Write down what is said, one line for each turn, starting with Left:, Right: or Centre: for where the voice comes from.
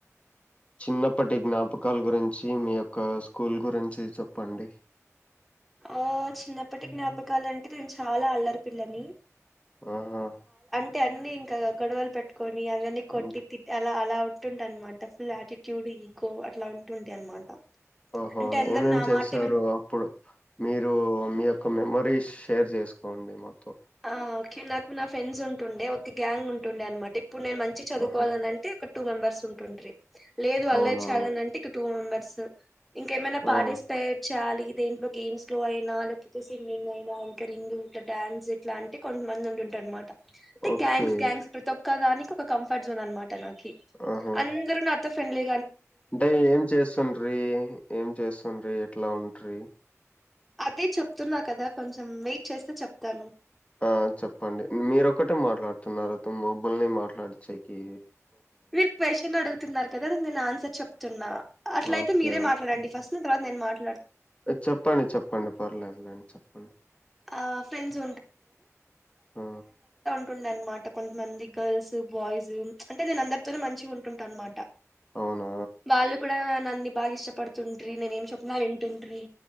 Left: చిన్నప్పటి జ్ఞాపకాల్ గురించి మీ యొక్క స్కూల్ గురించి చెప్పండి.
Centre: ఆ చిన్నప్పటి జ్ఞాపకలంటే
Left: మ్మ్.
Centre: నేను చాలా అల్లరి పిల్లనీ,
Left: ఆ హాఁ
Centre: టే అన్నీ ఇంక గొడవలు పెట్టుకొని అదన్ని కొట్టి
Left: ఇంక-
Centre: తిట్టి అలా అలా ఉంటుంటి అన్మాట ఫుల్ ఆటిట్యూడ్ ఈ ఓ అట్ల ఉంటుంటి అన్మాట
Left: ఓహో
Centre: అంటే అందరు
Left: ఏమేం
Centre: నా
Left: చేశారు
Centre: మాట విన్
Left: అప్పుడు మీరు మీ యొక్క మెమరీస్ షేర్ చేసుకోండి మొత్తం.
Centre: ఆ ఓకే నాకు నా ఫ్రెండ్స్ ఉంటుండే, ఒక గ్యాంగ్ ఉంటుండే అన్మాట. ఇప్పుడు నేను మంచిగ చదువుకోవాలనంటే
Left: ఆహా
Centre: ఒక టూ మెంబర్స్ ఉంటుంట్రి. లేదు అల్లరి
Left: అవునా
Centre: చేయాలనంటే ఇంకో టూ మెంబర్ స్ ఇంకేమైనా పార్టిస్పేట్
Left: ఆ
Centre: చేయాలి దేంట్లో గేమ్స్ లో అయినా, లేకపోతే సింగింగ్ అయినా, యాంకరింగ్ ఇంక డ్యాన్స్ ట్లా అంటే కొంతమంది ఉంటుండే అన్మాట. టేఁ
Left: ఓకే
Centre: గ్యాంగ్స్ గ్యాంగ్స్ ప్రతి ఒక్క దానికి ఒక కంఫర్ట్ జోన్ అన్మాట నాక్ కి
Left: ఆహా
Centre: అందరు నాతో ఫ్రెండ్లీ
Left: అంటే ఏం చేస్తుండ్రి ఏం చేస్తుండ్రి ఎట్లా ఉంట్రి?
Centre: అదే చెప్తున్న కదా కొంచెం వెయిట్ చేస్తే చెప్తాను.
Left: ఆ చెప్పండి మీరొక్కటే మాట్లాడుతున్నారు త మబ్బుల్నే మాట్లాడనిచ్చేకి
Centre: మీరు క్వశ్చన్ అడుగుతున్నారు కదా నేను దాని ఆన్సర్ చెప్తున్నా అట్లయితే
Left: ఓకే.
Centre: మీరే
Left: ఓకే.
Centre: మాట్లాడండి ఫస్ట్ తర్వాత నేను మాట్లా
Left: చెప్పండి చెప్పండి పర్లేదులేండి చెప్పండి
Centre: ఆ ఫ్రెండ్స్
Left: ఆ!
Centre: ఉంటుండే అనమాట కొంతమంది గర్ల్స్ బాయ్స్ అంటే నేను అందరితోను మంచిగా ఉంటుంటా అనమాట
Left: అవునా?
Centre: వాళ్ళు కూడా నన్ని బాగా ఇష్టపడుతుంట్రి నేనేం చెప్పిన వింటుంట్రి